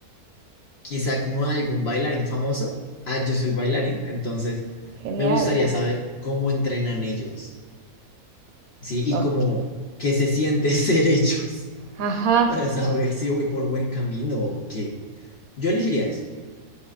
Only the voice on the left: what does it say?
quizá como algún bailarín famoso. Ah, yo soy bailarín, entonces
me gustaría saber cómo entrenan ellos, ¿sí? Y
cómo, qué se siente <laughs> ser ellos
para saber si voy por buen camino o qué. Yo elegiría eso.